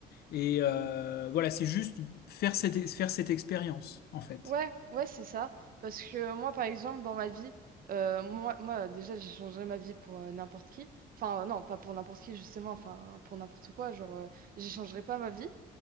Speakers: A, on the left; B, on the right.
A: Et euh, voilà, c'est juste faire cette, faire cette expérience, en fait.
B: Ouais, ouais, c'est ça. Parce que moi, par exemple, dans ma vie, euh, moi, moi, déjà, j'ai changé ma vie pour euh, n'importe qui. Enfin, euh, non, pas pour n'importe qui, justement, enfin, pour n'importe quoi. Genre, euh, j'échangerai pas ma vie.